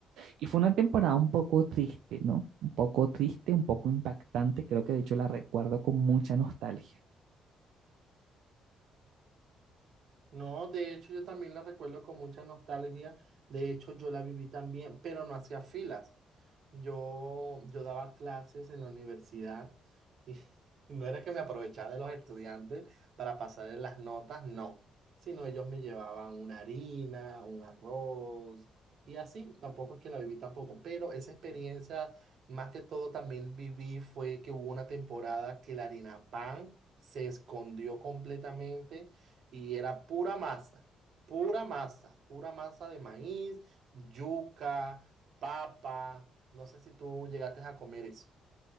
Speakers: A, on the right (about 80°); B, on the right (about 60°).
A: Y fue una temporada un poco triste, ¿no? Un poco triste, un poco impactante, creo que de hecho la recuerdo con mucha nostalgia.
B: No, de hecho yo también la recuerdo con mucha nostalgia. De hecho yo la viví también, pero no hacía filas. Yo, yo daba clases en la universidad y <laughs> no era que me aprovechaba de los estudiantes para pasarles las notas, no, sino ellos me llevaban una harina, un arroz y así. Tampoco es que la viví tampoco, pero esa experiencia más que todo también viví fue que hubo una temporada que la harina pan se escondió completamente y era pura masa, pura masa, pura masa de maíz, yuca, papa. No sé si tú llegaste a comer eso.